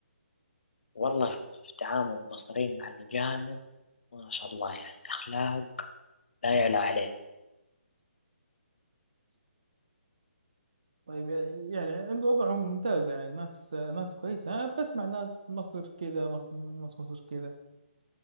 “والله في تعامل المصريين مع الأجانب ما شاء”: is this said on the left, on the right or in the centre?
Left